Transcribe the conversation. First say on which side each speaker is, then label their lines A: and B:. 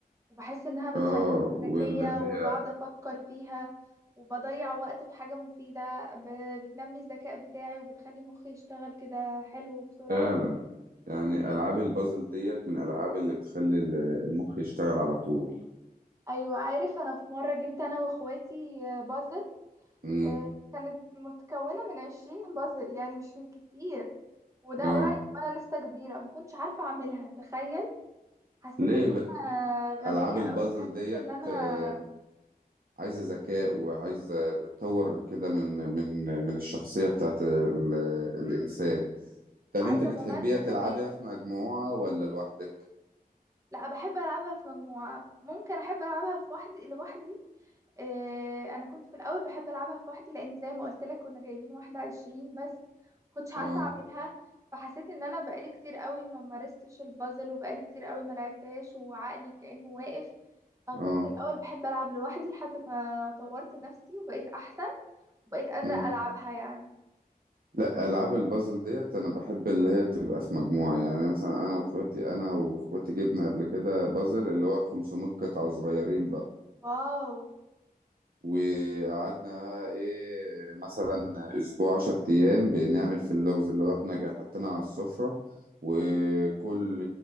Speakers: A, on the right; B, on the right.
A: وبحس انها بتخليني
B: اه واللي
A: ذكيه
B: هي
A: وبقعد افكر فيها وبضيع وقت في حاجه مفيده ب- بتنمي الذكاء بتاعي وبتخلي مخي يشتغل كده حلو وبسرعه
B: فعلا يعني ألعاب البازل ديت من الألعاب اللي بتخلي ال- المخ يشتغل على طول
A: ايوه عارف انا في مره جبت انا واخواتي بازل
B: امم
A: آه، كانت متكونه من عشرين بازل يعني مش من كتير وده
B: اه
A: قريب وانا لسه كبيره ما كنتش عارفه اعملها تخيل حسيت
B: ليه
A: ان
B: بقى؟
A: انا غبية
B: ألعاب البازل
A: قوي وحسيت
B: ديت
A: ان انا
B: آه، عايزة ذكاء وعايزة بتطور كده من من من الشخصية بتاعت ال... الإنسان
A: مم.
B: طب
A: وعايزة
B: انت بتحبيها
A: ممارسة
B: تلعبيها
A: كمان
B: في مجموعة ولا لوحدك؟
A: لا بحب العبها في مجموعة ممكن احب العبها في وحدي لوحدي آه، انا كنت في الاول بحب العبها في وحدي لان زي ما قلت لك كنا جايبين واحدة عشرين بس كنتش عارفة
B: اه
A: اعملها فحسيت ان انا بقالي كتير قوي ما مارستش البازل وبقالي كتير قوي ما لعبتهاش وعقلي كأنه واقف فكنت
B: اه
A: الاول بحب العب لوحدي لحد ما طورت نفسي وبقيت احسن وبقيت قادرة
B: مم.
A: العبها يعني
B: لا العاب البازل ديت انا بحب اللي هي تبقى في مجموعه يعني مثلا انا واخواتي انا واخواتي جبنا قبل كده بازل اللي هو ال 500 قطعه وصغيرين بقى
A: واو
B: وقعدنا ايه مثلا اسبوع عشر ايام بنعمل في اللغز اللي هو احنا جا- حاطينها على السفرة وكل